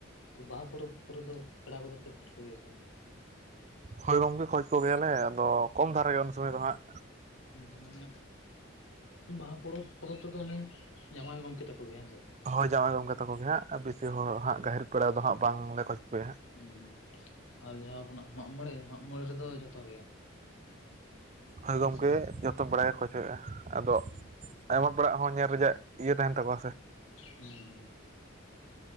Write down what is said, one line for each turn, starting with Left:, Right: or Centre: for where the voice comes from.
Left: ᱛᱚ ᱵᱟᱦᱟ ᱯᱚᱨᱚᱵᱽ ᱠᱚᱨᱮ ᱫᱚ ᱯᱮᱲᱟ ᱠᱚᱫᱚ ᱯᱮ ᱠᱷᱚᱡ ᱠᱚ ᱜᱮᱭᱟ ᱥᱮ ᱵᱟᱝ?
Right: ᱦᱳᱭ ᱜᱚᱝᱠᱮ ᱠᱷᱚᱡ ᱠᱚᱜᱮᱭᱟᱞᱮ ᱟᱫᱚ ᱠᱚᱢ ᱫᱷᱟᱨᱟ ᱜᱮ ᱩᱱ ᱥᱚᱢᱚᱭ ᱫᱚ ᱦᱟᱸᱜ᱾
Left: ᱦᱩᱸ ᱢᱟᱱᱮ ᱵᱟᱦᱟ ᱯᱚᱨᱚᱵᱽ ᱯᱚᱨᱚᱵᱽ ᱨᱮᱫᱚ ᱚᱱᱮ ᱡᱟᱶᱟᱭ ᱜᱚᱢᱠᱮ ᱛᱟᱠᱚ ᱜᱮ ᱦᱮᱸ ᱥᱮ?
Right: ᱦᱳᱭ ᱡᱟᱶᱟᱭ ᱜᱚᱝᱠᱮ ᱛᱟᱠᱚ ᱜᱮ ᱦᱟᱸᱜ ᱵᱤᱥᱤ ᱦᱚᱲ ᱦᱟᱸᱜ ᱜᱟᱹᱦᱤᱨ ᱯᱮᱲᱟ ᱫᱚ ᱦᱟᱸᱜ ᱵᱟᱝ ᱞᱮ ᱠᱷᱚᱡᱽ ᱯᱮᱭᱟ᱾
Left: ᱦᱩᱸ ᱦᱩᱸ ᱟᱨ ᱡᱟᱦᱟᱸ ᱟᱵᱚᱱᱟᱜ ᱢᱟᱜ ᱢᱚᱬᱮ ᱢᱟᱜ ᱢᱚᱬᱮ ᱨᱮᱫᱚ ᱡᱷᱚᱛᱚ ᱜᱮ᱾
Right: ᱦᱳᱭ
Left: ᱦᱮᱸᱥᱮ
Right: ᱜᱚᱢᱠᱮ ᱡᱷᱚᱛᱚ ᱵᱟᱲᱟ ᱜᱮ ᱠᱷᱚᱡ ᱦᱳᱭᱳᱜ-ᱟ ᱟᱫᱚ
Left: ᱦᱩᱸ
Right: ᱟᱭᱢᱟ ᱯᱮᱲᱟᱜ ᱦᱚᱸ ᱧᱮᱨ ᱨᱮᱡᱟᱜ ᱤᱭᱟᱹ ᱛᱟᱦᱮᱱ ᱛᱟᱠᱚᱣᱟ ᱥᱮ,
Left: ᱦᱩᱸ ᱦᱩᱸ